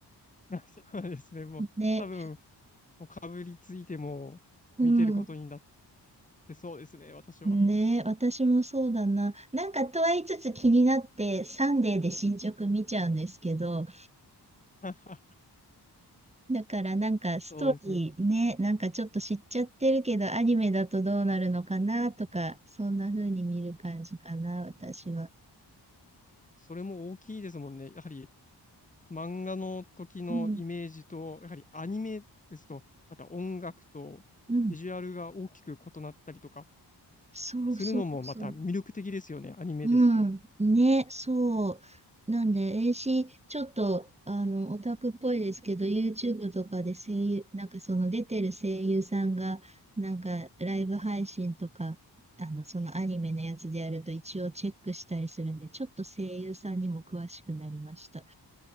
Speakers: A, on the left; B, on the right.
A: <laughs> そうですね。もう、
B: ね、
A: 多分、もうかぶりついても見てることになっ
B: うん。
A: てそうですね、私は。
B: ね、私もそうだな。なんかとは言いつつ気になって、サンデーで進捗見ちゃうんですけど、
A: <laughs>
B: だからなんかストーリーね、
A: そうですね。
B: なんかちょっと知っちゃってるけど、アニメだとどうなるのかなとか、そんな風に見る感じかな、私は。
A: それも大きいですもんね。やはり漫画の時のイメージと、
B: うん、
A: やはりアニメですと、また音楽とビジュアルが大きく異なったりとか
B: うん、そうそうそう。
A: しするのもまた魅力的ですよね、アニメですと。
B: うん。ね、そう。なんで、え c し、ちょっと、あの、オタクっぽいですけど、YouTube とかで声優、なんかその出てる声優さんが、なんかライブ配信とか、あの、そのアニメのやつでやると一応チェックしたりするんで、ちょっと声優さんにも詳しくなりました。